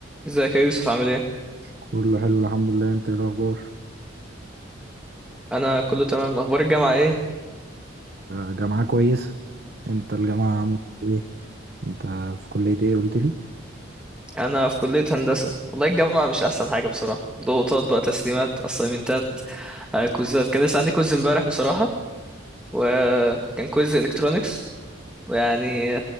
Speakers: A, in the centre; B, on the right.
A: ازيك يا يوسف عامل ايه
B: كله حلو الحمد لله انت ايه الاخبار
A: انا كله تمام اخبار الجامعه ايه
B: الجامعة كويس انت الجامعة عاملة ايه انت في كلية ايه قلت لي
A: انا في كليه هندسه والله الجامعه مش احسن حاجه بصراحه ضغوطات بقى تسليمات اسايمنتات كوزات كان لسه عندي كوز امبارح بصراحه وكان كوز الكترونكس ويعني